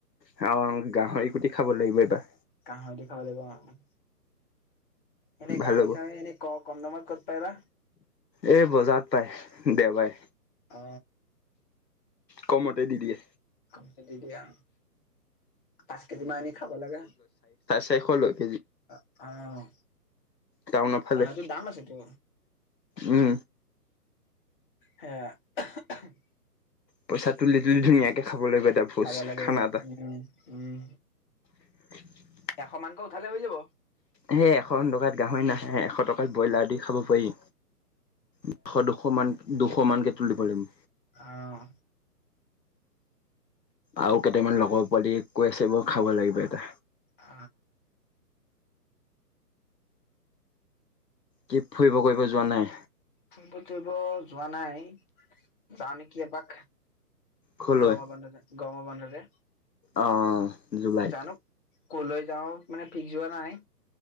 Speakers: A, on the left; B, on the left.
A: হাউ গাহৰি কুটি খাব লাগিব এইবাৰ।
B: গাহৰি খাব লাগিব অ। এনে
A: ভাল
B: গাহৰি
A: হ'ব
B: চাহৰি এনে ক কম দামত ক'ত পাই বা।
A: এ বজাৰত পায়। দেওবাৰে।
B: অ
A: কমতে দি দিয়ে।
B: ক দি দিয়া পাঁচ কেজি মান আনি খাব লাগে।
A: শেষলৈ
B: আ অঁ
A: টাউনৰ ফালে
B: তাহাটো দাম আছেতো।
A: উম
B: হেয়া <unintelligible>
A: পইচা তুলি তুলি ধুনীয়াকে খাব লাগিব এটা ভোজ
B: খাব লাগিব
A: খানা এটা
B: উম উম।
A: <unintelligible>
B: এশ মানকৈ উঠালে হৈ যাব।
A: সেই এশ টকাত গাহৰি নাহে এশ টকাত ব্ৰইলাৰ দি খাব পাৰি। এশ দুশ মান দুশ মান কে তুুলি পলিম
B: আ অ
A: আউ কেতামান লগ পোৱালি কৈ আছে ব খাব লাগিব এটা
B: আ
A: কিপ ফুইব কইব যোৱা নাই
B: ফুইব চুইব যোৱা নাই যাওঁ নেকি এপাক
A: কলৈ
B: গ-অম বন্ধতে গ-অম বন্ধতে
A: অঁ জুলাইত
B: জানো কলৈ যাও মানে ফিক্স যোৱা নাই